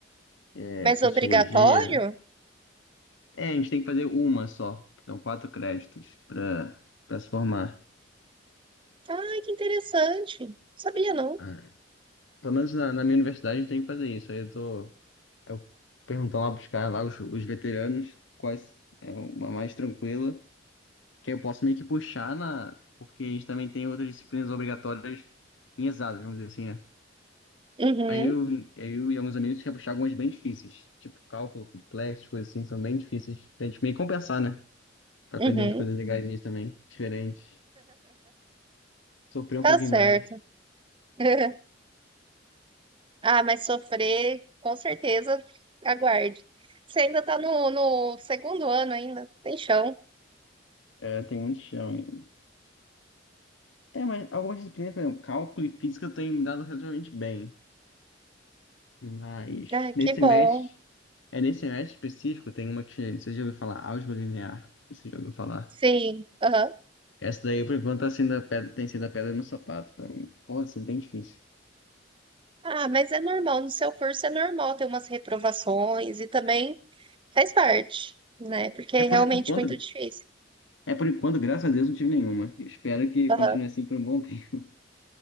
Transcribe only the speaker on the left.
é,
sociologia.
É, a gente tem que fazer uma só. Então, quatro créditos pra, pra se formar.
Ah. Pelo menos na, na minha universidade a gente tem que fazer isso. Aí eu tô... Eu perguntando lá pros caras lá, os, os veteranos, quais é uma mais tranquila, que eu posso meio que puxar na. Porque a gente também tem outras disciplinas obrigatórias em exatas, vamos dizer assim, né?
Aí eu, eu e alguns amigos quer puxar algumas bem difíceis, tipo cálculo complexo, coisas assim, são bem difíceis pra gente meio que compensar, né? Pra
aprender umas coisas legais também, diferentes, sofrer
um pouquinho
mais.
É, tem muito chão. ainda. É, mas algumas disciplinas, por exemplo, cálculo e física eu tenho me dado relativamente bem. Mas
nesse
semestre.
É nesse semestre específico, tem uma que você já ouviu falar, álgebra linear. Você já ouviu falar?
Essa daí, por enquanto, tá sendo a pedra, tem sido a pedra no sapato pra mim. Pô, isso é bem difícil.
É
por
enquanto,
é por enquanto, graças a Deus, não tive nenhuma. Eu Espero que
continue assim por um bom tempo. <laughs>